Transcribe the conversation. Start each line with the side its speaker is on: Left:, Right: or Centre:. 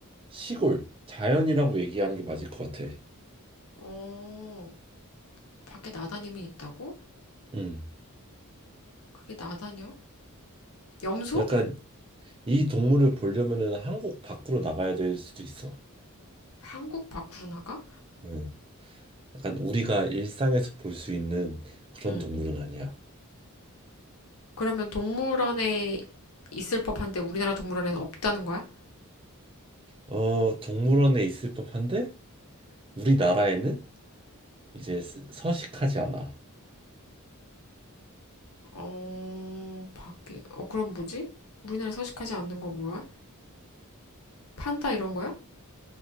Right: 시골 자연이라고 얘기하는 게 맞을 것 같아
Left: 어, 밖에 나다니면 있다고?
Right: 음
Left: 그게 나다녀? 염소?
Right: 약간 이 동물을 보려면은 한국 밖으로 나가야 될 수도 있어
Left: 한국 밖으로 나가?
Right: 음 약간 우리가 일상에서 볼 수 있는 그런
Left: 응.
Right: 동물은 아니야
Left: 그러면 동물원에 있을 법한데 우리나라 동물원에는 없다는 거야?
Right: 어 동물원에 있을 법한데 우리나라에는 이제 스- 서식하지 않아
Left: 어, 밖에. 어, 그럼 뭐지? 우리나라 서식하지 않는 거 뭐야? 판다 이런 거야?